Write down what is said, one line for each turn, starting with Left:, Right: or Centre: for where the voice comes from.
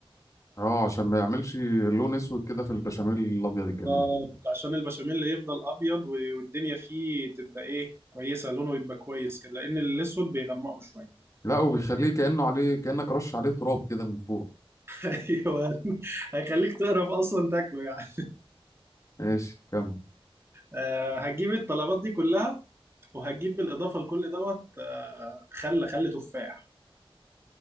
Left: اه عشان ما يعملش لون اسود كده في البشاميل الابيض الجميل
Right: بالظبط عشان البشاميل يفضل ابيض و- والدنيا فيه تبقى ايه كويسه لونه يبقى كويس كده لان الاسود بيغمقه شويه
Left: لا وبيخليه كانه عليه كانك رش عليه تراب كده من فوق
Right: <laughs> ايوه هيخليك تقرف اصلا تاكله يعني
Left: ماشي كمل
Right: آه هتجيب الطلبات دي كلها وهتجيب بالاضافه لكل دوت آه خل خل تفاح